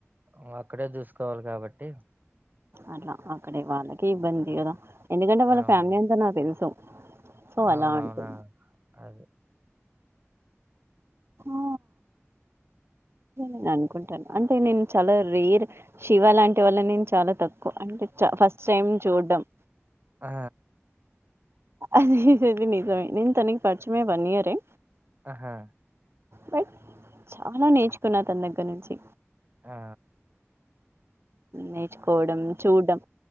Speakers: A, on the right; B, on the right.
A: ఇంకా అక్కడే చూసుకోవాలి కాబట్టి
B: అట్లా అక్కడే వాళ్ళకి ఇబ్బంది కదా ఎందుకంటే వాళ్ళ
A: అవును
B: ఫ్యామిలీ అంతా నాకు తెలుసు సో అలా
A: అవునవునా
B: ఉంటంట
A: అది
B: ఆ నేను అనుకుంటాను అంటే నేను చాలా రేర్ శివ లాంటి వళ్ళ నేను చాలా తక్కువ అంటే ఫస్ట్ టైం చూడ్డం
A: ఆ
B: అది అది న నను తనకి పడిచమే వన్ ఇయర్ే
A: హా
B: బట్ చాలా నేర్చుకున్నారు తన దగ్గర నుంచి
A: ఆ
B: నేర్చుకోవడం చూడ్డం